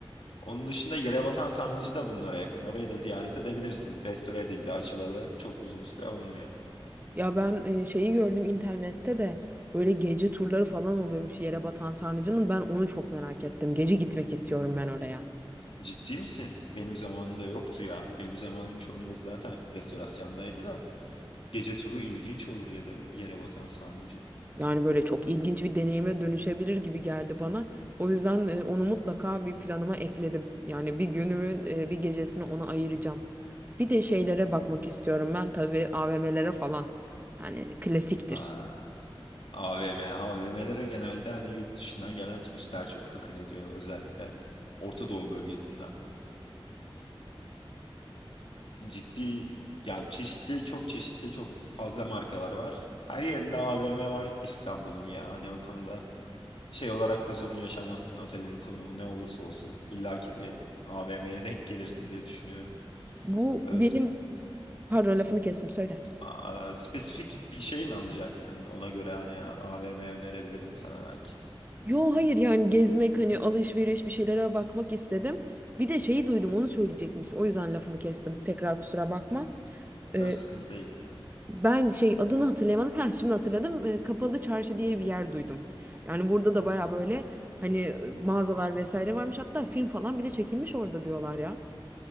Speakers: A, on the left (about 75°); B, on the right (about 20°).
A: Onun dışında Yerebatan Sarnıcı da bunlara yakın. Orayı da ziyaret edebilirsin. Restore edildi, açılalı çok uzun süre olmuyor.
B: Ya ben e, şeyi gördüm internette de böyle gece turları falan oluyormuş yere batan sarnıcının. Ben onu çok merak ettim. Gece gitmek istiyorum ben oraya.
A: Ciddi misin? Benim zamanımda yoktu ya. Benim zamanım çoğunda zaten restorasyondaydı da. Gece turu ilginç olur Yere- Yerebatan Sarnıcı.
B: Yani böyle çok ilginç bir deneyime dönüşebilir gibi geldi bana. O yüzden e, onu mutlaka bir planıma ekledim. Yani bir günümün e, bir gecesini ona ayıracağım. Bir de şeylere bakmak istiyorum ben tabii AVM'lere falan. Yani klasiktir.
A: Aa, AVM, AVM'lere genelde hani yurt dışından gelen turistler çok akın ediyor. Özellikle Orta Doğu bölgesinden. ciddi ya çeşitli çok çeşitli çok fazla markalar var. Her yerinde AVM var İstanbul'un ya. Hani o konuda şey olarak da sorun yaşamazsın. Otelin konumu ne olursa olsun illaki bir AVM'ye denk gelirsin diye düşünüyorum.
B: Bu
A: Ee,
B: benim
A: sp-
B: pardon lafını kestim söyle.
A: a- a- spesifik bir şey mi alacaksın? Ona göre hani AVM önerebilirim sana belki.
B: Yo hayır yani gezmek hani alışveriş bir şeylere bakmak istedim. Bir de şeyi duydum onu söyleyecektim işte o yüzden lafını kestim. Tekrar kusura bakma. Ee,
A: Öyle sıkıntı değil.
B: ben şey adını hatırlayamadım. Ha şimdi hatırladım. Ee, Kapalı Çarşı diye bir yer duydum. Yani burada da baya böyle hani e, mağazalar vesaire varmış. Hatta film falan bile çekilmiş orada diyorlar ya.